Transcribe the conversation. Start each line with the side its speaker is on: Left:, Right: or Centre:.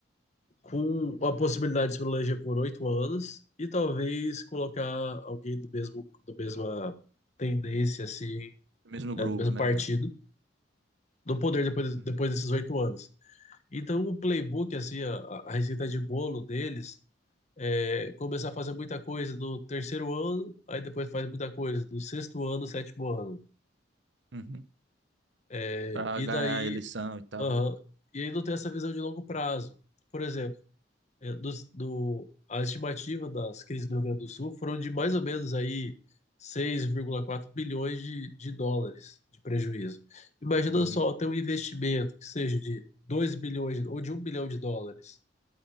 Left: com a possibilidade de Solange por oito anos e talvez colocar alguém do mesmo, do mesma tendência, assim,
Right: Mesmo
Left: né,
Right: grupo,
Left: do mesmo
Right: né,
Left: partido,
Right: e tal.
Left: no poder depois, depois
Right: Uhum.
Left: desses oito anos. Então, o playbook, assim, a, a receita de bolo deles é começar a fazer muita coisa no terceiro ano, aí depois faz muita coisa no sexto ano, sétimo ano.
Right: Uhum.
Left: É,
Right: Pra
Left: e
Right: ganhar
Left: daí,
Right: a eleição e tal,
Left: aham,
Right: né?
Left: e aí não tem essa visão de longo prazo. Por exemplo, é, dos- do, a estimativa das crises do Rio Grande do Sul foram de mais ou menos aí seis, vírgula quatro bilhões de, de dólares de prejuízo. Imagina
Right: Uhum.
Left: só ter um investimento que seja de 2 bilhões ou de um bilhão de dólares